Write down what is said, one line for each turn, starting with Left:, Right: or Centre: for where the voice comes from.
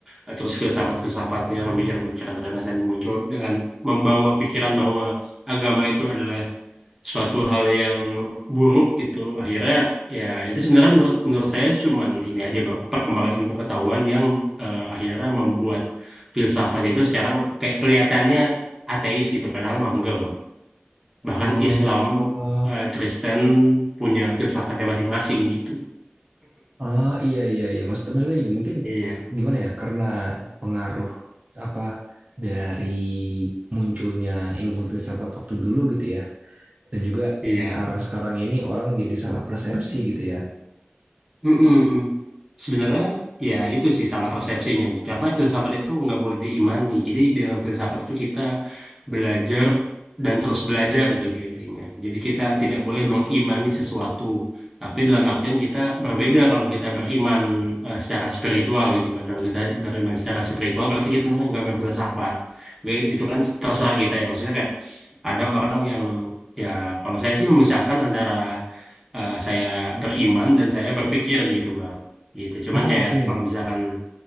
Centre: eh, terus filsafat-filsafatnya, pemikiran-pemikiran Renaissance ini muncul dengan membawa pikiran bahwa agama itu adalah suatu hal yang buruk gitu akhirnya ya itu sebenarnya menurut menurut saya cuman ini aja bang perkembangan ilmu pengetahuan yang eh, akhirnya membuat filsafat itu sekarang kayak kelihatannya ateis gitu padahal mah enggak bang bahkan
Right: Oh,
Centre: Islam eh, Kristen punya filsafatnya masing-masing gitu
Right: ah iya iya iya. Maksud, maksudnya gini mungkin
Centre: iya
Right: gimana ya? Karena pengaruh apa dari munculnya ilmu filsafat waktu dulu gitu ya. Dan juga
Centre: iya
Right: sekarang-sekarang ini orang jadi salah persepsi gitu ya.
Centre: Mm-mm. Sebenarnya ya itu sih salah persepsinya. Karena filsafat itu nggak boleh diimani. Jadi di dalam filsafat itu kita belajar dan terus belajar gitu intinya. Jadi kita tidak boleh mengimani sesuatu. Tapi dalam artian kita berbeda kalau kita beriman eh, secara spiritual gitu kan. Kalau kita beriman secara spiritual berarti kita namanya nggak berfilsafat. Tapi Itu kan terserah kita ya. Maksudnya kayak ada orang yang ya kalau saya sih memisahkan antara eh, saya beriman dan saya berpikir gitu bang gitu cuman
Right: Ah
Centre: kayak
Right: oke.
Centre: kalau misalkan